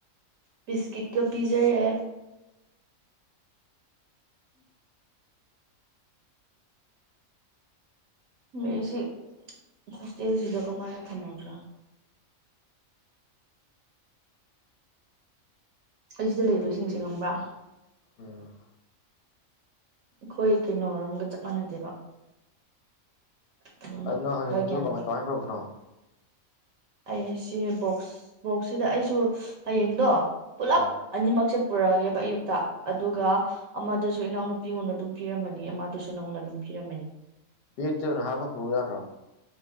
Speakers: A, on the right; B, on the left.
A: ꯕꯤꯁꯀꯤꯠꯀ ꯄꯤꯖꯔꯦ ꯃꯦꯁꯤ ꯍꯁꯇꯁꯤꯗ ꯀꯃꯥꯌꯥ ꯊ ꯃꯥꯗ꯭ꯔꯥ ꯑꯩꯁꯤꯗ ꯂꯩꯔꯤꯕꯕꯁꯤꯡꯁꯦ ꯉꯪꯕ꯭ꯔꯥ
B: ꯎꯝ
A: ꯑꯩꯈꯣꯏ ꯀꯩꯅꯣꯔꯣꯝꯒ ꯆꯞ ꯃꯥꯟꯅꯗꯦꯕ ꯑꯗꯨꯅ
B: ꯑꯗꯨ ꯅꯪ ꯍꯪꯉ
A: ꯈꯔ
B: ꯑꯗꯨ
A: ꯒ꯭ꯌꯥꯟ
B: ꯀꯃꯥꯏ
A: ꯇꯥ
B: ꯀꯃꯥꯏ ꯄꯨꯧꯔꯛꯄꯅꯣ
A: ꯑꯩ ꯁꯤ ꯕꯣꯛꯁ ꯕꯣꯛꯁꯁꯤꯗ ꯑꯩꯁꯨ ꯍꯌꯦꯡꯗꯣ ꯄꯨꯂꯞ
B: ꯎꯝ
A: ꯑ ꯃꯁ ꯄꯨꯔꯛꯑꯒꯦꯛ ꯇ ꯑꯗꯨꯒ
B: ꯎꯝ
A: ꯑꯃꯗꯨꯁꯨ ꯁꯨ ꯏꯅꯥꯎꯅ ꯅꯨꯄꯤꯉꯣꯟꯗ ꯑꯗꯨꯝ ꯄꯤꯔꯝꯃꯅꯤ ꯑꯃꯃꯥꯗꯨꯁꯨ ꯅꯅꯥꯎꯣꯟꯅ ꯑꯗꯨꯝ ꯄꯤꯔꯝꯃꯅꯤ
B: ꯕꯦꯒꯛꯇ ꯑꯣꯏꯅ ꯍꯥꯞꯄ ꯄꯨꯔꯛꯎ ꯌꯥꯗ꯭ꯔꯥꯣ